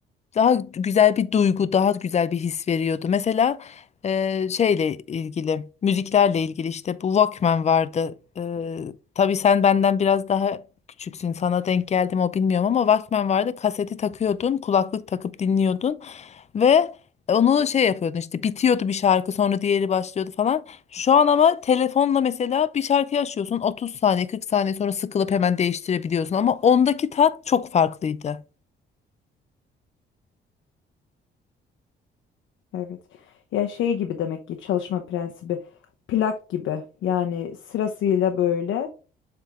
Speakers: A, on the left; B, on the left.
A: daha güzel bir duygu daha güzel bir his veriyordu mesela eee, şeyle ilgili müziklerle ilgili işte bu Walkman vardı Tabi tabii sen benden biraz daha küçüksün sana denk geldim o bilmiyorum ama Walkman vardı kaseti takıyordun kulaklık takıp dinliyordun ve onu şey yapıyordun işte bitiyordu bir şarkı sonra diğeri başlıyordu falan şu an ama telefonla mesela bir şarkıyı açıyorsun 30 saniye 40 saniye sonra sıkılıp hemen değiştirebiliyorsun ama ondaki tat çok farklıydı.
B: evet. Ya şey gibi demek ki çalışma prensibi plak gibi. Yani sırasıyla böyle